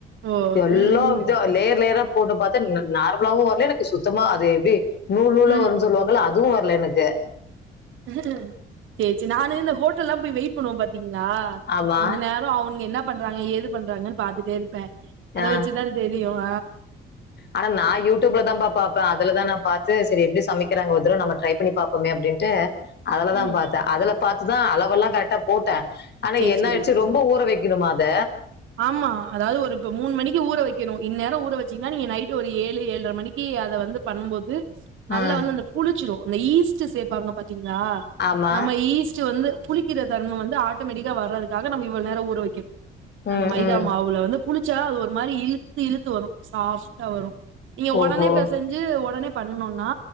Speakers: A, on the right; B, on the left.
A: ஓ
B: எல்லா
A: ம் ம்
B: விதோ லேயர் லேயரா போட்டு பாத்தா ந நார்மலாவு வரல எனக்கு சுத்தமா அது எப்டி நூல் நூலா
A: ம்
B: வருனு சொல்லுவாங்கல அதுவு வரல எனக்கு
A: சேரி சேரி நானு இந்த ஹோட்டல்லாம் போய் வெயிட் பண்ணுவோ பாத்தீங்களா
B: ஆமா.
A: அந்த நேரம் அவனுக என்ன ப் என்ன பண்றாங்க ஏது பண்றாங்கன்னு பாத்துட்டே இருப்பேன் அத
B: ஆ.
A: வச்சுதான் தெரியும்
B: ஆனா நான் யூடியூப்ல தான் பாப்பாப் பேன் அதுலதான் நான் பாத்து சேரி எப்படி சமைக்கிறாங்க ஒருதடவ நம்ம ட்ரை பண்ணி பாப்போமே அப்டின்ட்டு அதுலதான்
A: ம்
B: பாத்தேன் அதுல பாத்துதான் அளவெல்லாம் கரெக்டா போட்டேன் ஆனா
A: சேரி
B: என்ன
A: சேரி
B: ஆயிருச்சு ரொம்ப ப ஊற வைக்கனுமா அத
A: ஆமா அதாவது ஒரு இப்ப மூணு மணி க்கு ஊற வைக்கணும் இந்நேரம் ஊற வச்சீங்கன்னா நீங்க நைட் ஒரு ஏழு ஏழரை மணிக்கு அதை வந்து பண்ணும் போது நல்லா
B: ம்,
A: வந்து அந்த புளிச்சிரும் அந்த ஈஸ்ட் சேப்பாங்க பாத்தீங்களா
B: ஆமா
A: நம்ம ஈஸ்ட் வந்து புளி கிற தன்ம வந்து ஆட்டோமெட்டிக்கா வறதுக்காக நம்ம இவ்ளவு நேரம் ஊற வக்கி
B: ம்
A: அந்த மைதா
B: ம்
A: மாவுல வந்து புளிச்சா அது ஒரு மாரி இழுத்து இழுத்து வரும் சாஃப் ட்டா வரும் நீங்க
B: ஓஹோ
A: உடனே பேசஞ் சு உடனே பண்ணனோம்னா